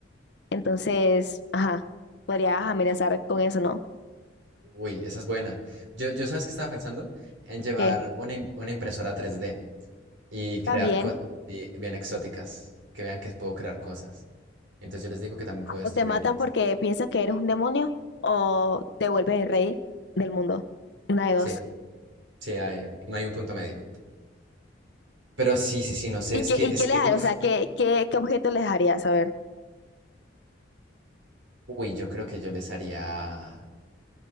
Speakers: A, on the left (about 60°); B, on the right (about 80°).
A: Entonces, ajá, podrías amenazar con eso, ¿no?
B: uy, esa es buena. Yo, yo, ¿sabes qué estaba pensando? En llevar
A: Que
B: una, im- una impresora 3D. y crear
A: también.
B: cosas así bien exóticas, que vean que puedo crear cosas. Entonces yo les digo que también puedo destruirles.
A: O te matan porque piensas que eres un demonio o te vuelves el rey del mundo. Una de dos.
B: Sí, sí, hay- no hay un punto medio. Pero sí, sí, sí, no sé,
A: ¿Y
B: es
A: qué,
B: que,
A: y
B: es
A: qué
B: que,
A: les haría?
B: uff,
A: O sea, ¿qué, qué, qué objeto les harías? A ver,
B: uy, yo creo que yo les haría,